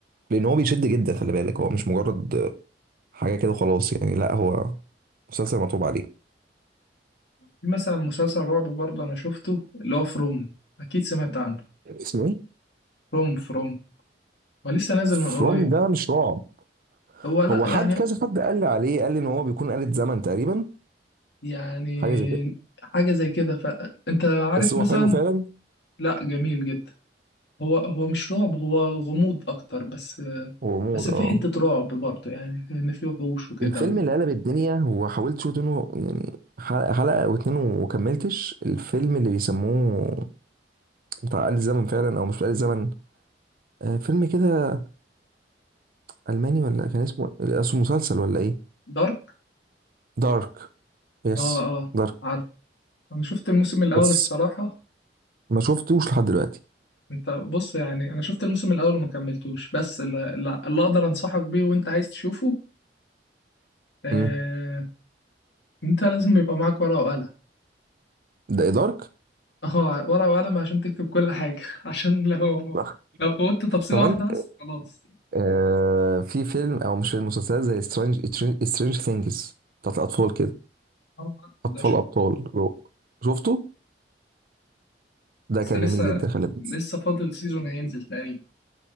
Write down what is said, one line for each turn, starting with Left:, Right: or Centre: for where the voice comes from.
Right: لان هو بيشد جدا خلي بالك هو مش مجرد حاجه كده خلاص يعني لا هو مسلسل مطلوب عليه
Left: في مثلا مسلسل رعب برضه انا شفته اللي هو فروم اكيد سمعت عنه
Right: اسمه ايه
Left: فروم فروم ولسه نازل من
Right: فروم
Left: قريب
Right: ده مش رعب
Left: هو لا
Right: هو
Left: يعني
Right: حد كذا حد قال لي عليه قال لي ان هو بيكون آلة زمن تقريبا
Left: يعني
Right: حاجه زي كده
Left: حاجة زي كده فانت عارف
Right: بس هو
Left: مثلا
Right: حلو فعلا
Left: لا جميل جدا هو هو مش رعب هو غموض اكتر بس
Right: هو موت
Left: بس في
Right: اه
Left: حتة رعب برضه يعني ان في وحوش وكده
Right: الفيلم
Left: و
Right: اللي قلب الدنيا هو حاولت شوط منه يعني حلقه حلقه او اتنين وكملتش الفيلم اللي بيسموه بتاع آلة زمن فعلا او مش بتاع آلة زمن آه فيلم كده الماني ولا كان اسمه إيه؟ اسمه مسلسل ولا ايه
Left: دارك
Right: دارك يس
Left: اه اه
Right: دارك
Left: عارف انا شفت الموسم الاول
Right: بس
Left: الصراحة
Right: ما شفتوش لحد دلوقتي
Left: انت بص يعني انا شفت الموسم الاول وما كملتوش بس اللي, اللي اللي اقدر انصحك بيه وانت عايز تشوفه آه،
Right: امم
Left: انت لازم يبقى معاك ورقة وقلم
Right: ده إيه دارك
Left: <laughs> اه ورقة وقلم عشان تكتب كل حاجة <laughs> عشان لو
Right: <laughs>
Left: لو فوتت تفصيلة
Right: طب
Left: واحدة
Right: انت
Left: بس خلاص
Right: آه في فيلم او مش فيلم مسلسلات زي سترينج سترينج ثينجز بتاعت الاطفال كده
Left: اه عارفه
Right: اطفال
Left: ده شفت
Right: ابطال شفته ده
Left: بس
Right: كان
Left: لسه
Right: جميل جدا خلي بالك
Left: لسه فاضل سيزون هينزل تقريبا